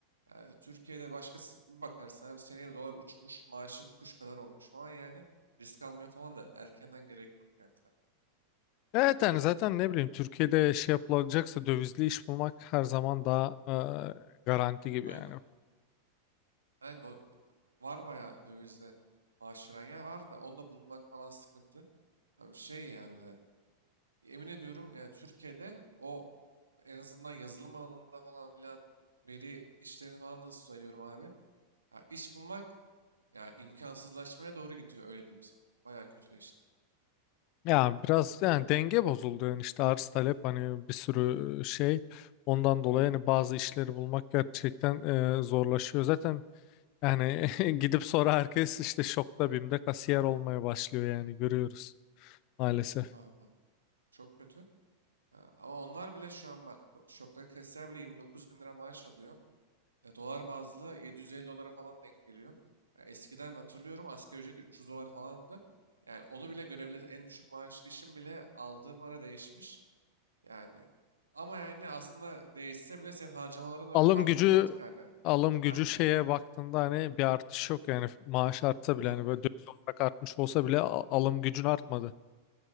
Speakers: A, on the right; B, on the left.
A: Yani Türkiye'de başkası bir bakarsan hem seneye de dolar uçmuş, maaşın kuş kadar olmuş falan yani. Risk almaya falan da erkenden gerek yok yani. zaten.
B: Evet yani zaten ne bileyim Türkiye'de şey yapılacaksa dövizli iş bulmak her zaman daha e, garanti gibi
A: Aynen.
B: yani.
A: Yani do- var bayağı dövizde maaş veren yer var da onu da bulmak falan sıkıntı. Abi şey ya bir de emin ediyorum yani Türkiye'de o en azından yazılım alanında falan filan veri işlerini falan nasıl sayıyorum abi. Ya iş bulmak Ya imkansızlaşmaya doğru gidiyor öyle diyeyim sana. Bayağı kötüleşti.
B: Ya biraz yani denge bozuldu yani işte arz talep hani bir sürü şey ondan dolayı hani bazı işleri bulmak gerçekten e, zorlaşıyor. Zaten yani <laughs> gidip sonra herkes işte şokta BİM'de kasiyer olmaya başlıyor yani görüyoruz maalesef.
A: Tabii abi vallahi. Çok kötü. Ha, ama onlar bile şu an bak bu şoktaki kasiyer bile 29 bin lira maaş alıyor. E, dolar bazlı 750 dolara falan denk geliyor. Ya eskiden hatırlıyorum asgari ücret 300 dolar falandı. Yani onu bile görebilir. En düşük maaşlı işin bile aldığı para değişmiş. Yani ama yani aslında değişse bile senin harcamalarını
B: alım
A: öyle arttırdılar
B: gücü
A: ki hani.
B: alım
A: Aynen.
B: gücü şeye baktığında hani bir artış yok yani maaş artsa bile
A: Yok
B: hani böyle
A: yok.
B: döviz olarak artmış olsa bile a- alım gücün artmadı.